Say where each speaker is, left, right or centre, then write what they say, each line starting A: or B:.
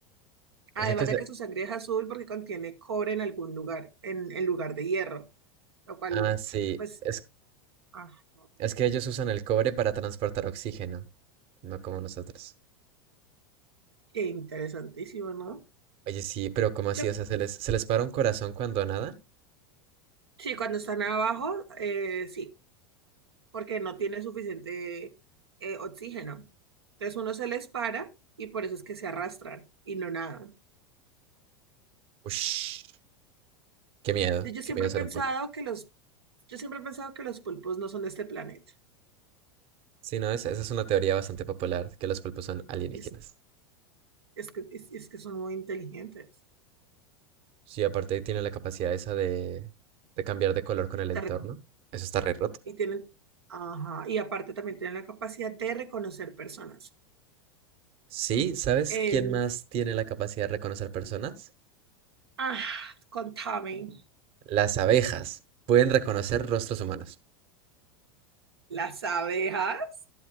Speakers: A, on the right (about 90°); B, on the right (about 50°).
A: Además
B: O sea que se...
A: de que su sangre es azul porque contiene cobre en algún lugar, en, en lugar de hierro, lo cual,
B: Ah, sí.
A: pues,
B: Es,
A: ajá,
B: es que ellos usan el cobre para transportar oxígeno, no como nosotros.
A: qué interesantísimo, ¿no?
B: Oye, sí, pero ¿cómo así?
A: Yo,
B: O sea, ¿se les, se les para un corazón cuando nadan?
A: sí, cuando están abajo, eh, sí. porque no tiene suficiente eh, oxígeno. Entonces uno se les para y por eso es que se arrastran y no nadan.
B: Ush, qué miedo,
A: Yo, yo siempre
B: qué miedo
A: he
B: ser
A: pensado
B: un pulpo.
A: que los, yo siempre he pensado que los pulpos no son de este planeta.
B: Sí, no, esa, esa es una teoría bastante popular, que los pulpos son alienígenas.
A: Es, es que, es, es que son muy inteligentes.
B: Sí, aparte tienen la capacidad esa de, de cambiar de color con el entorno.
A: Te reco-
B: Eso está re roto.
A: Y tienen, ajá, y aparte también tienen la capacidad de reconocer personas.
B: Sí, ¿sabes
A: En,
B: quién más tiene la capacidad de reconocer personas?
A: ah, contame
B: Las abejas. Pueden reconocer rostros humanos.
A: las abejas.